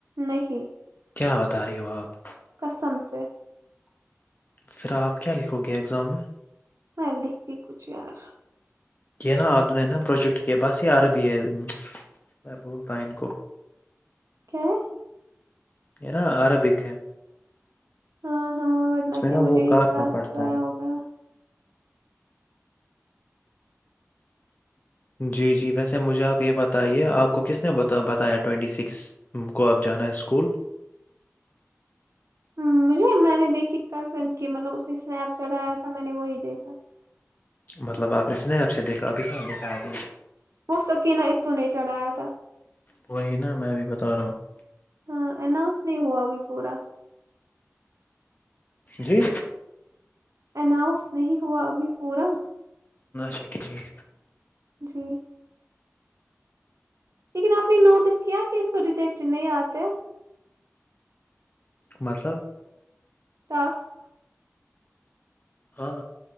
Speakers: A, on the right; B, on the left.
A: نہیں <unintelligible>
B: کیا بتا رہی ہو آپ <unintelligible>
A: قسم سے <unintelligible>
B: پھر آپ کیا لکھو گے ایگزام میں
A: میں دکھتی کچھ یار
B: یہ نا آدن ہے نا پروجیکٹ کے بس یہ عرب ہی ہے میں بولتا ہ ان کو
A: کیا
B: یہ نا عربک ہے
A: ہاں ہاں ورنہ
B: اس میں
A: کیا
B: نا
A: مجھے
B: وہ
A: ایک
B: کاٹنا
A: ٹاسک
B: پڑتا
A: ضائع
B: ہے
A: ہو گیا
B: جی جی ویسے مجھے آپ یہ بتائیے آپ کو کس نے بتایا ٹوینٹی سکس ان کو آپ جانا ہے اسکول
A: ہ مجھے میں نے دیکھی کزن کی مطلب اس نے اسنیپ چڑھایا تھا میں نے وہی دیکھا
B: مطلب آپ نے اسنیپ سے دیکھا اباں دیکھا نے
A: ہو سکے نہا اتوں نہیں چڑھایا تھا
B: وہی نا میں بھی بتا رہا ہوں
A: ہاں اناؤس نہیں ہوا ابھی پورا
B: جی
A: اناؤنس نہیں ہوا ابھی پورا
B: چھا ٹھیک
A: جی لیکن آپ نے نوٹس کیا کہ اس کو ریجیکٹ نہیں آتے
B: مطلب
A: ٹاسک
B: ہاں